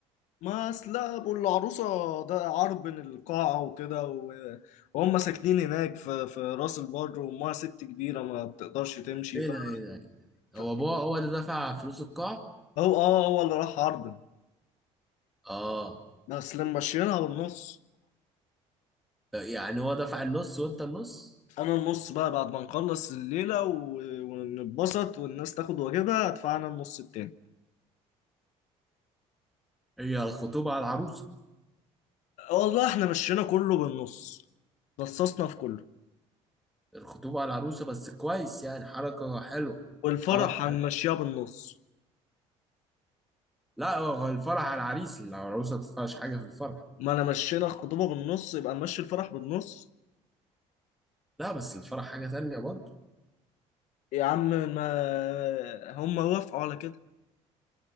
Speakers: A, on the left (about 75°); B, in the centre.
A: ما اصل ابو العروسه ده عار بين القاعه وكده و- وهم ساكنين هناك في في راس البر وامها ست كبيره ما بتقدرش تمشي
B: ايه
A: ف...
B: ده ايه ده
A: ف-
B: هو بابا هو اللي دفع فلوس القاعة
A: هو اه هو اللي راح عرض
B: اه
A: بس لما مشيناها بالنص
B: يعني هو دفع النص وانت النص
A: انا النص بقى بعد ما نخلص الليله و... ونتبسط والناس تاخد واجبها ادفع انا النص التاني
B: هي الخطوبة على العروسة
A: والله احنا مشينا كله بالنص رصصنا في كله
B: الخطوبة على العروسة بس كويس يعني حركة حلوة
A: والفرح
B: حركة
A: هنمشيها
B: حلوة
A: بالنص
B: لا هو الفرح على العريس العروسة ما تدفعش حاجة في الفرح
A: ما انا مشينا الخطوبه بالنص يبقى نمشي الفرح بالنص
B: لا بس الفرح حاجة تانية برضه
A: يا عم ما هم وافقوا على كده